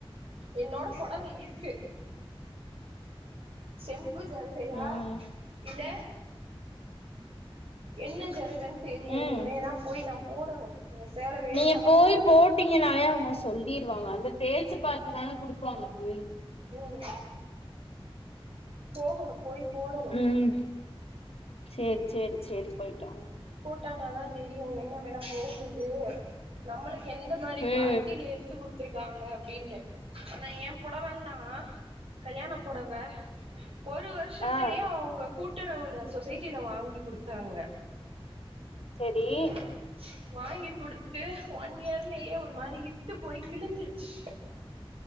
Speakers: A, on the right; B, on the left.
A: என்னோட பொடவை இருக்கு செம் பு ஜருகையா
B: ம்
A: இல்ல என்ன ஜருகனு தெரியு
B: ம்
A: இனிமே தா போய் நா போடணு எ சேல வேஸ்ட்டாதா
B: நீங்க போய்
A: கடக்கு
B: போட்டி டிங்கனாலே அவங்க சொல்லிருவாங்க அந்த தேச்சு பாத்துதான குடுப்பவாங்க அப்படி
A: ம் போகணு போய் போடணு
B: ம் சேரி சேரி சேரி போயிட்டு வாங்க
A: போட்டானாதா தெரியு என்ன வெல போகுது நம்மளுக் எந்த மாரி
B: ம்
A: குவாலிட்டியில எடுத்து குடு குத்துருக்காங்க அப்டின்னு ஆனா ஏ பொடவெல்லா கல்யாண பொடவ ஒரு வருஷத்துலையே
B: ஆ
A: அவுங்க கூட்டுறவுல சொசைட்டில வாங்கி குடுத்தாங்க
B: செரி
A: <inaudible> வாங்கி குடுத்து ஒன் இயர்லயே ஒரு மாரி இத்து போய் கிழிஞ்சிருச்சு